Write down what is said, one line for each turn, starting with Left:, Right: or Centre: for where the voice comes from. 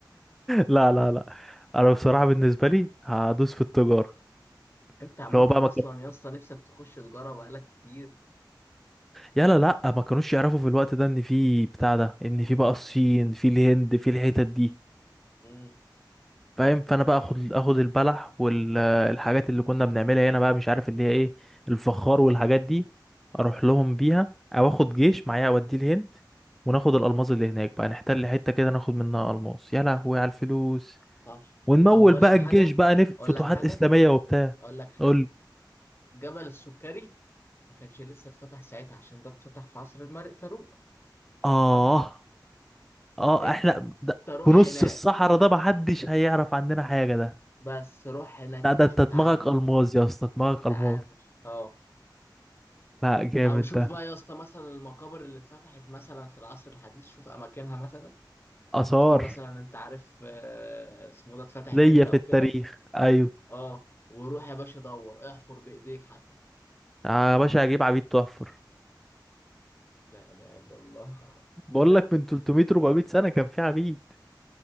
Centre: لا لا لا انا بصراحة بالنسبة لي هدوس في التجارة
Left: انت عامه
Centre: اللي هو بقى
Left: اصلا
Centre: ما كان
Left: يا اسطى نفسك تخش تجاره بقالك كتير
Centre: يلا لا ما كانوش يعرفوا في الوقت ده ان في بتاع ده ان في
Left: في ال...
Centre: بقى الصين في الهند في الحتت دي
Left: مم.
Centre: فاهم فانا بقى اخد اخد البلح والحاجات اللي كنا بنعملها هنا بقى مش عارف اللي هي ايه الفخار والحاجات دي اروح لهم بيها او اخد جيش معايا اوديه الهند وناخد الالماس اللي هناك بقى نحتل حته كده ناخد منها الماس يا لهوي على الفلوس
Left: صح
Centre: ونمول
Left: طب هقول
Centre: بقى
Left: لك
Centre: الجيش
Left: حاجه
Centre: بقى نف
Left: اقول
Centre: فتوحات
Left: لك حاجه
Centre: اسلاميه وبتاع
Left: اقول لك حاجه
Centre: قول
Left: جبل السكري ما كانش لسه اتفتح ساعتها عشان ده اتفتح في عصر الملك فاروق
Centre: اه
Left: تمام
Centre: اه
Left: انت
Centre: احنا ده
Left: روح
Centre: في نص
Left: هناك
Centre: الصحراء ده محدش هيعرف عننا حاجه ده
Left: بس روح هناك
Centre: لا
Left: يا
Centre: ده
Left: باشا
Centre: انت
Left: اتعامل
Centre: دماغك الماس يا اسطى دماغك
Left: اتعامل
Centre: الماس
Left: اه
Centre: لا جامد
Left: او شوف
Centre: ده
Left: بقى يا اسطى مثلا المقابر اللي اتفتحت مثلا في العصر الحديث شوف اماكنها مثلا
Centre: اثار
Left: ممكن تكون مثلا انت عارف آه، اسمه ده اتفتحت
Centre: ليا
Left: امتى
Centre: في
Left: او
Centre: التاريخ
Left: كده
Centre: ايوه
Left: اه وروح يا باشا دور احفر بايديك حتى
Centre: يا باشا هجيب عبيد تحفر
Left: لا اله الا الله <laughs>
Centre: بقول
Left: يا ابني
Centre: لك من 300 400 سنه كان في عبيد